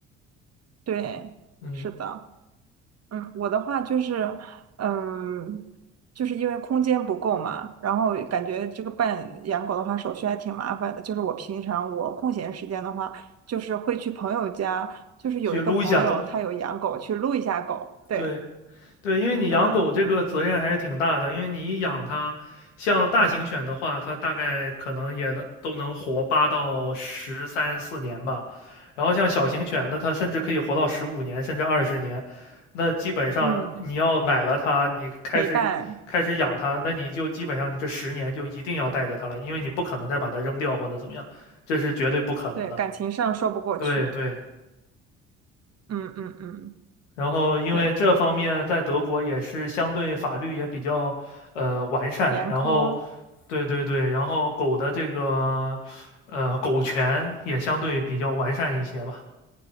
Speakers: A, on the right; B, on the left.
A: 对，
B: 嗯，
A: 是的。嗯，我的话就是，嗯，就是因为空间不够嘛，然后感觉这个办养狗的话手续还挺麻烦的。就是我平常我空闲时间的话，就是会去朋友家，就是有一个朋友他有养狗，
B: 去撸一下狗，
A: 去撸一下狗。对，
B: 对。对，因为你养狗这个责任还是挺大的，
A: 嗯
B: 因为你一养它，像大型犬的话，它大概可能也能都能活八到十三四年吧，然后像小型犬呢，它甚至可以活到十五年，甚至二十年。那基本上你要买了它，
A: 嗯，
B: 你开始开始养它，
A: 陪伴，
B: 那你就基本上你这十年就一定要带着它了，因为你不可能再把它扔掉或者怎么样，这是绝对不可能的。
A: 对，感情上说不过去。
B: 对对。
A: 嗯嗯嗯，
B: 然后，因为这方面在德国也是相对法律也比较呃完善，
A: 对，严苛，
B: 然后，对对对，然后狗的这个呃狗权也相对比较完善一些吧。